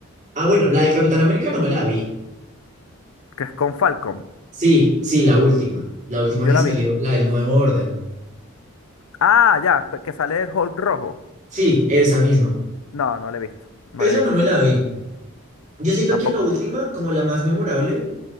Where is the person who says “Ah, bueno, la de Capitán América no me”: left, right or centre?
Right